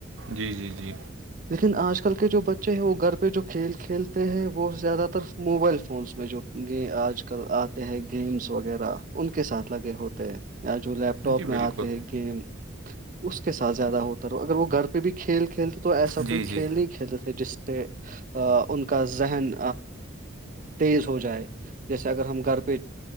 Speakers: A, on the right; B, on the right.
A: جی جی جی
B: لیکن آج کل کے جو بچے ہیں وہ گھر پہ جو کھیل کھیلتے ہیں وہ زیادہ تر موبائل فونس میں جو آج آتے ہیں گیمس وغیرہ ان کے ساتھ لگے ہوتے ہیں یا جو لیب لیپ ٹاپ
A: جی
B: میں
A: بالکل
B: آتے ہیں گیم اس کے ساتھ زیادہ ہوتا رہ اگر وہ گھر پہ بھی کھیل کھیلتے تو ایسا
A: جی
B: کوئی
A: جی
B: کھیل نہیں کھیلتے تھے جس کہ ان کا ذہن تیز ہو جائے جیسے اگر ہم گھر پہ